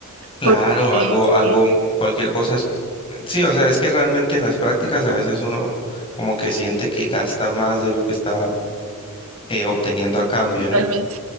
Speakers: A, on the left (about 25°); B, on the right (about 70°).
A: Claro,
B: Porque eh,
A: algo, algo,
B: sí.
A: cualquier cosa es... Sí, o sea, es que realmente en las prácticas a veces uno como que siente que gasta más de lo que está eh, obteniendo a cambio,
B: Totalmente.
A: ¿no?